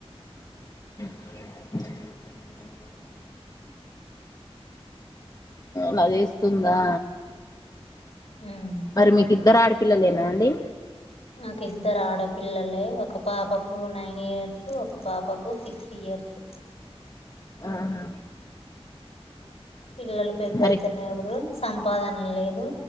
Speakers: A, on the left; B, on the left.
A: <unintelligible> నాదేస్తుందా,
B: ఉమ్
A: మరి మీకు ఇద్దరు ఆడిపి పిల్లలేనా అండి
B: నాకు ఇద్దరు ఆడపిల్లలే, ఒక పాపకు నైన్ ఇయర్స్ ఒక పాపకు సిక్స్ ఇయర్స్, ఇయర్స్
A: ఆహా
B: పిల్లలు పెద్ద
A: మరి
B: అయితనేఊర్రు, సంపాదన లేదు